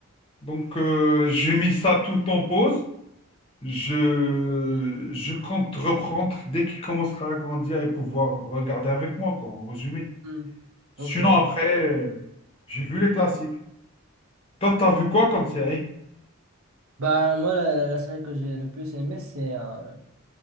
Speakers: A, on the left; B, on the right.
A: Donc, euh, j'ai mis ça tout en pause. Je, je compte reprendre dès qu'il commencera à grandir et pouvoir regarder avec moi, quoi, en résumé.
B: Hmm.
A: Sinon,
B: Ok.
A: après, euh, j'ai vu les classiques. Toi, t'as vu quoi comme série?
B: Bah moi la, la série que j'ai le plus aimée c'est euh,